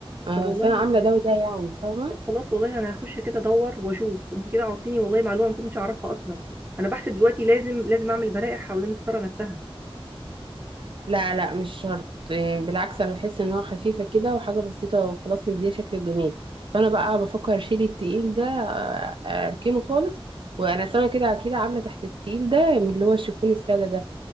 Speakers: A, on the right; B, on the right.
A: آه،
B: طب والله
A: بس انا عامله ده وده يعني فاهمه
B: طب خلاص والله انا هخش كده ادور واشوف انت كده عاطيني والله معلومه ما كنتش اعرفها اصلا انا بحسب دلوقتي لازم لازم اعمل برائح حوالين الستاره نفسها
A: لا لا مش شرط إيه، بالعكس انا بحس انها خفيفه كده وحاجه بسيطه وخلاص مديها شكل جميل فانا بقى بفكر اشيل التقيل ده آه، اركنه خالص وانا سنه كده كده عامله تحت التقيل ده من اللي هو الشيفون الساده ده